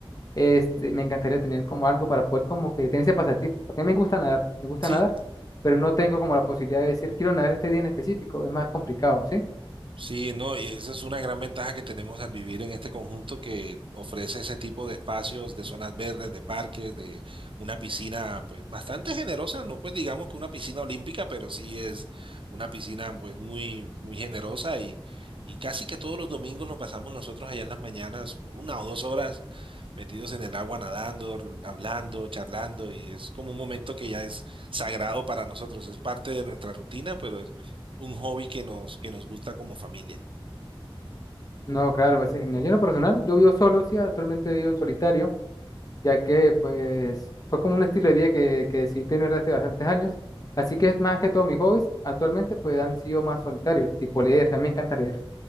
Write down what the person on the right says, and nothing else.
Sí,
Sí, no, y esa es una gran ventaja que tenemos al vivir en este conjunto que ofrece ese tipo de espacios, de zonas verdes, de parques, de una piscina, pues bastante generosa, no pues digamos que una piscina olímpica, pero sí es una piscina pues muy, muy generosa y, y casi que todos los domingos nos pasamos nosotros allá en las mañanas una o dos horas metidos en el agua nadando, r- hablando, charlando y es como un momento que ya es sagrado para nosotros, es parte de nuestra rutina, pero un hobby que nos, que nos gusta como familia.